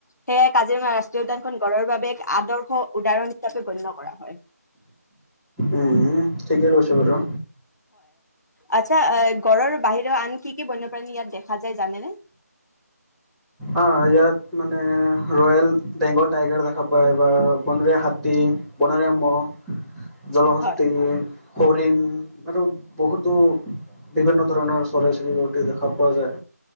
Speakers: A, on the left; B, in the centre.
A: সেয়ে কাজিৰঙা ৰাষ্ট্ৰীয় উদ্যানখন গঢ়ৰ বাবে এক আদৰ্শ, উদাহৰণ- হিচাপে গণ্য কৰা হয়।
B: উম ঠিকেই কৈছে বাৰু
A: আচ্ছা, গঁড়ৰ বাহিৰে আন কি-কি বন্যপ্ৰাণী ইয়াত দেখা যায় জানেনে?
B: অ' ইয়াত মানে ৰয়েল বেংগল টাইগাৰ দেখা পোৱা যায় বনৰীয়া হাতী বনৰীয়া মহ', জলহস্তী,
A: হয়
B: হৰিণ আৰু বহুতো বিভিন্ন ধৰণৰ চৰাইক-চিৰিকটি দেখা পোৱা যায়।